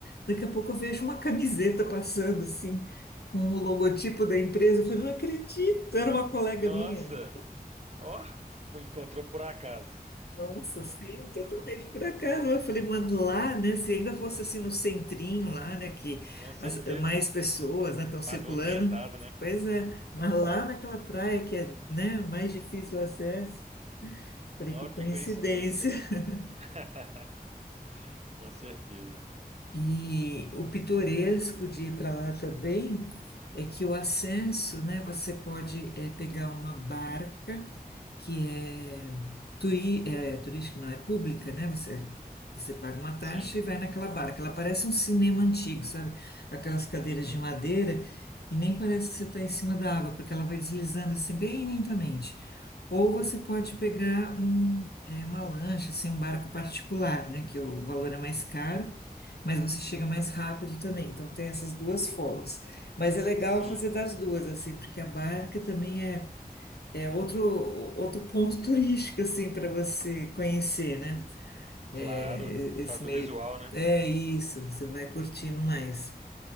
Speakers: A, on the left; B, on the right.
A: Daqui a pouco eu vejo uma camiseta passando assim, com o logotipo da empresa. Eu falei, não acredito, era uma colega
B: Nossa,
A: minha.
B: ó, encontrou por acaso,
A: Nossa, sim, totalmente por acaso. Eu falei, mas lá, né? Se ainda fosse assim no centrinho lá, né? Que
B: com certeza.
A: as- mais pessoas, né, estão circulando.
B: Mais movimentado, né?
A: Pois é, mas lá naquela praia que é, né, mais difícil o acesso. Falei,
B: Nó,
A: que
B: que
A: coincidência.
B: coincidência.
A: <laughs>
B: <laughs> Com certeza.
A: E o pitoresco de ir para lá também é que o ascenso, né, você pode eh, pegar uma barca que é, turi, é turística, não é pública, né? Você, você paga uma taxa
B: Sim,
A: e vai naquela barra, que ela parece um cinema antigo, sabe? Aquelas cadeiras
B: uhum,
A: de madeira, e nem parece que você está em cima da água, porque ela vai deslizando assim bem lentamente. Ou você pode pegar um, é, uma lancha, assim, um barco particular, né? Que o valor é mais caro, mas você chega mais rápido também. Então tem essas duas formas. Mas é legal
B: sim.
A: fazer das duas, assim, porque a barca também é é outro, outro ponto turístico, assim, para você conhecer, né? É,
B: Claro,
A: esse
B: por causa do
A: meio.
B: visual, né?
A: É isso, você vai curtindo mais.